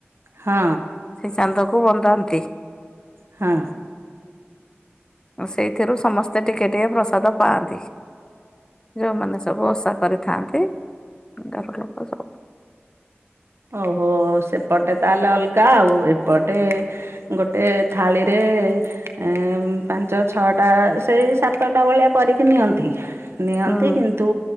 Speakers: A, on the right; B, on the left.
A: ହଁ।
B: ସେଇ ଚାନ୍ଦକୁ ବନ୍ଦାନ୍ତି।
A: ହଁ।
B: ସେଇଥିରୁ ସମସ୍ତେ ଟିକେ ଟିକେ ପ୍ରସାଦ ପାଆନ୍ତି। ଯୋଉମାନେ ସବୁ ଓଷା କରିଥାଆନ୍ତି ଦାଗ ଲୋକ ସ
A: ଓହୋ ସେପଟେ ତାହେଲେ ଅଲଗା ଆଉ ଏପଟେ ଗୋଟେ ଥାଳିରେ ଏ ଏଁ ପାଞ୍ଚ ଛଅଟା ସେଇ ସାତଟା ଭଳିଆ କରିକି ନିଅନ୍ତି। ନିଅନ୍ତି
B: ହୁଁ
A: କିନ୍ତୁ